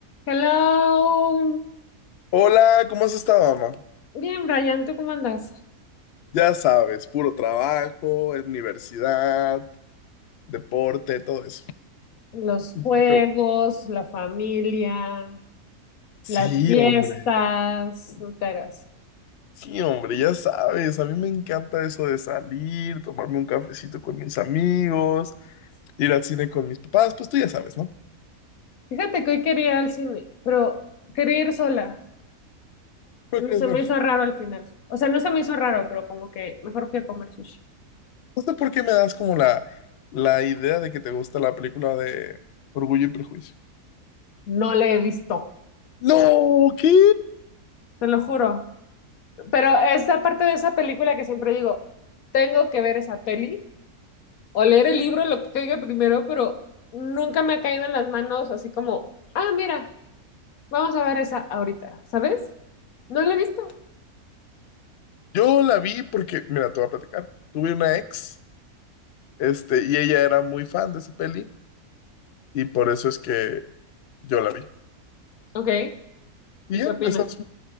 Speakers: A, on the left; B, on the left.
A: Hello.
B: Hola, ¿cómo has estado, mamá?
A: Bien, Brian, ¿tú cómo andas?
B: Ya sabes, puro trabajo, universidad, deporte, todo eso.
A: Los juegos,
B: ¿Qué show?
A: la familia,
B: Sí,
A: las fiestas,
B: hombre.
A: no te hagas.
B: Sí, hombre, ya sabes, a mí me encanta eso de salir, tomarme un cafecito con mis amigos, ir al cine con mis papás, pues tú ya sabes, ¿no?
A: Fíjate que hoy quería ir al cine, pero quería ir sola.
B: ¿Qué quieres
A: Se
B: ver?
A: me hizo raro al final. O sea, no se me hizo raro, pero como que mejor fui a comer sushi.
B: No sé por qué me das como la, la idea de que te gusta la película de Orgullo y Prejuicio.
A: No le he visto,
B: No, ¿qué?
A: te lo juro. Pero es la parte de esa película que siempre digo, tengo que ver esa peli o leer el libro, lo que caiga primero, pero nunca me ha caído en las manos así como, ah, mira, vamos a ver esa ahorita, ¿sabes? No la he visto.
B: Yo la vi porque, mira, te voy a platicar. Tuve una ex. Este, y ella era muy fan de esa peli y por eso es que yo la vi.
A: Ok,
B: Y
A: ¿y
B: ya,
A: qué opinas?
B: esa es,